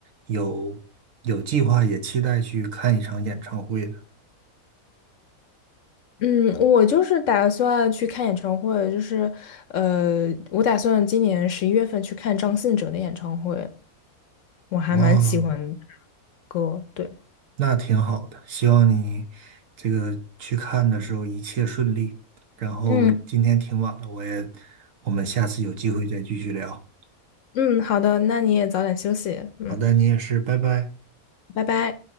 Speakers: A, on the right; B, on the left.
A: 有有计划，也期待去看一场演唱会的。
B: 嗯，我就是打算去看演唱会，就是呃，我打算今年十一月份去看张信哲的演唱会，我还蛮喜欢
A: 哦，
B: 歌，对，
A: 那挺好的。希望你这个去看的时候一切顺利。然后今天挺晚了，
B: 嗯
A: 我也，我们下次有机会再继续聊。
B: 嗯，好的，那你也早点休息，嗯，
A: 好的，你也是，拜拜。
B: 拜拜。